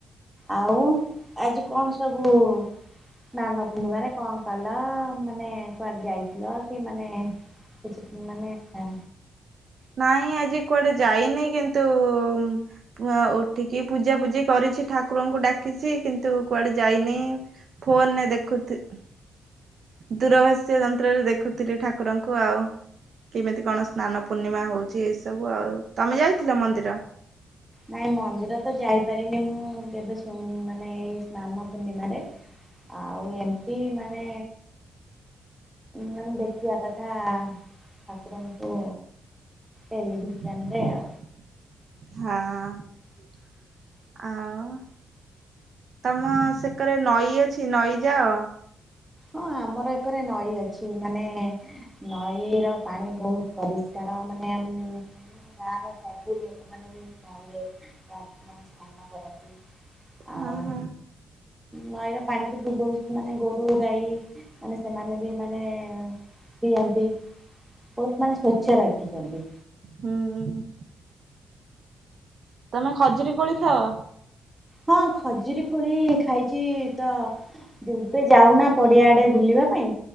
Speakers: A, in the centre; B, on the right (about 50°).
A: ଆଉ ଆଜି କଣ ସବୁ ସ୍ନାନ ପୂର୍ଣ୍ଣିମାରେ କଣ କଲ ମାନେ କୁଆଡେ ଯାଇଥିଲ କି ମାନେ କିଛି ମାନେ <unintelligible>
B: ନାଇଁ ଆଜି କୁଆଡେ ଯାଇନି କିନ୍ତୁ <unintelligible> ଉଠିକି ପୂଜା ପୂଜି କରିଛି ଠାକୁରଙ୍କୁ ଡାକିଛି କିନ୍ତୁ କୁଆଡେ ଯାଇନି ଫୋନରେ ଦେଖୁଥି ଦୂରଭାଷ୍ୟ ଯନ୍ତ୍ରରେ ଦେଖୁଥିଲି ଠାକୁରଙ୍କୁ ଆଉ। କେମିତି କଣ ସ୍ନାନ ପୂର୍ଣ୍ଣିମା ହଉଛି ଏଇ ସବୁ ଆଉ ତମେ ଯାଇଥିଲ ମନ୍ଦିର?
A: ନାଇଁ ମନ୍ଦିର ତ ଯାଇପାରିନି ମୁଁ କେବେ ମାନେ ଏଇ ସ୍ନାନ ପୂର୍ଣ୍ଣିମାରେ।
B: ହ
A: ଆଉ ଏମତି ମାନେ ମାନେ ଦେଖିବା କଥା ଠାକୁରଙ୍କୁ ଟେଲିଭିଜନରେ
B: ହଁ।
A: ଆଉ।
B: ଆଉ ତମ ସେକରେ ନଈ ଅଛି ନଈ ଯାଅ।
A: ହଁ ଆମର ଏକରେ ନଈ ଅଛି ମାନେ ନଈ ର ପାଣି ବହୁତ ପରିଷ୍କାର ମାନେ ଗାଁର ସବୁ ଲୋକମାନେ ବି ପାଣିରେ ମାନେ ସ୍ନାନ କରନ୍ତି। ଆଉ
B: ହଁ ହଁ।
A: ନଈର ପାଣିକୁ <unintelligible> ମାନେ ଗୋରୁ ଗାଈ ମାନେ ସେମାନେ ବି ମାନେ ପିଅନ୍ତି। ବହୁତ ମାନେ ସ୍ଵଚ୍ଛ ରଖିଛନ୍ତି।
B: ହୁଁ ହୁଁ ହୁଁ। ତମେ ଖଜୁରୀ କୋଳି ଖାଅ?
A: ହଁ ଖଜୁରୀ ଖୋଳି ଖାଇଚି, ତ କେବେ ଯାଉନା ପଡିଆ ଆଡେ ବୁଲିବା ପାଇଁ।